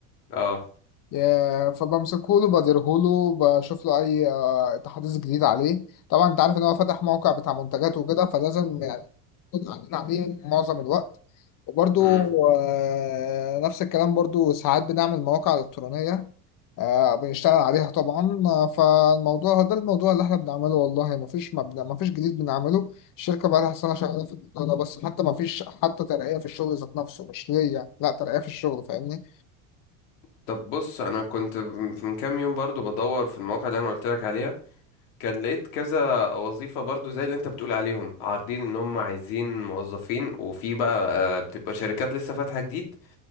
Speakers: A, on the left; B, on the left.
A: اه
B: يا- فبمسكهوله بديرهوله بشوف له اي آه، تحديث جديد عليه طبعا انت عارف ان هو فتح موقع بتاع منتجات وكده فلازم يعني نكون قاعدين عليه معظم الوقت وبرضو
A: امم
B: آه، نفس الكلام برضو ساعات بنعمل مواقع إلكترونية آه، بنشتغل عليها طبعا آه، فالموضوع ده الموضوع اللي احنا بنعمله والله مفيش مبنى مفيش جديد بنعمله الشركة بقى لها سنة شغالة في الموضوع ده بس حتى مفيش حتى ترقية في الشغل ذات نفسه مش ليا لا ترقية في الشغل فاهمني
A: طب بص انا كنت من كام يوم برضو بدور في المواقع اللي انا قلت لك عليها كان لقيت كذا وظيفة برضو زي اللي انت بتقول عليهم عارضين ان هم عايزين موظفين وفي بقى آه، بتبقى شركات لسه فاتحة جديد